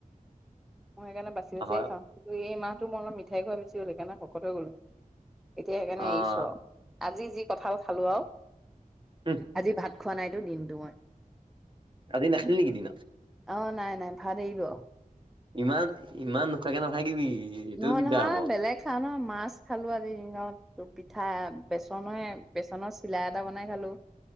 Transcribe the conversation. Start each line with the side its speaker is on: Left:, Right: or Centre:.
Centre: মই সেইকাৰণে বাচি-বাচিয়ে
Right: হয়
Centre: খাও। কিন্তু এই মাহটো মই অলপ মিঠাই খোৱা বেচি হ'ল, সেইকাৰণে শকত হৈ গ'লো। এতিয়া সেইকাৰণে
Right: অ',
Centre: এৰিছো আও। আজি যি কঁঠাল খালো আও,
Right: উম,
Centre: আজি ভাত খোৱা নাইতো দিনটো মই।
Right: আজি নাখালি নেকি দিনত?
Centre: অ', নাই, নাই, ভাত এৰিলো আও।
Right: ইমান, ইমান নখোৱাকে নাথাকিবি। এইটোও
Centre: নহয়,
Right: দিগদাৰ
Centre: নহয়।
Right: হ'ব অ',
Centre: বেলেগ খাও নহয়, মাছ খালো আজি দিনত। পিঠা, বাচনৰে, বেচনৰ চিলা এটা বনাই খালো,